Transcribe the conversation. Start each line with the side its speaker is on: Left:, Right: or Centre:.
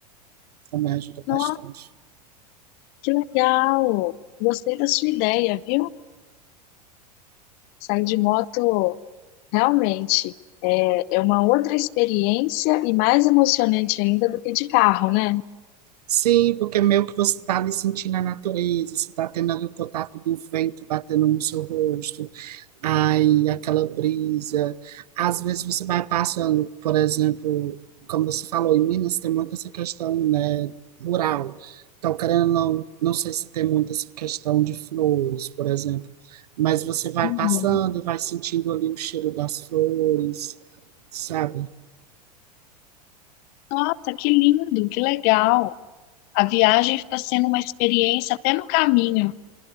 Right: Também ajuda bastante.
Left: Nossa. Que legal! Gostei da sua ideia, viu? Sair de moto realmente é, é uma outra experiência e mais emocionante ainda do que de carro, né?
Right: Sim, porque meio que você está ali sentindo a natureza, você está tendo ali o contato do vento batendo no seu rosto, Ai, aquela brisa. Às vezes você vai passando, por exemplo, como você falou, em Minas tem muito essa questão, né, rural. Então, querendo ou não, não sei se tem muito essa questão de flores, por exemplo. Mas você vai
Left: Uhum.
Right: passando, e vai sentindo ali o cheiro das flores, sabe?
Left: Nossa, que lindo, que legal! A viagem fica sendo uma experiência até no caminho,